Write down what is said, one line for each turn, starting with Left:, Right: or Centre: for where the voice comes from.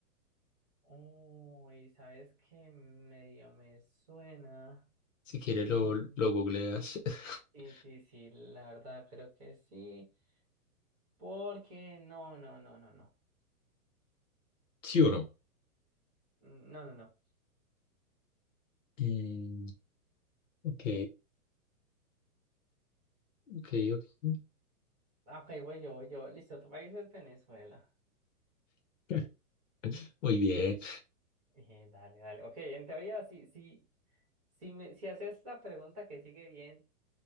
Right: Uy, ¿sabes qué? Medio me suena.
Left: Si quieres
Right: Mm,
Left: lo, lo googleas. <laughs>
Right: Sí, sí, sí, la verdad creo que sí, porque no, no, no, no, no,
Left: ¿Sí o no?
Right: Mm, no, no, no.
Left: Mm, ok, ok, ok.
Right: Ah, Ok, voy yo, voy yo. Listo, tu país es Venezuela. <laughs>
Left: <laughs> Muy bien.
Right: Eh, dale, dale. Ok, en teoría, si, si, si, me, si haces la pregunta que sigue bien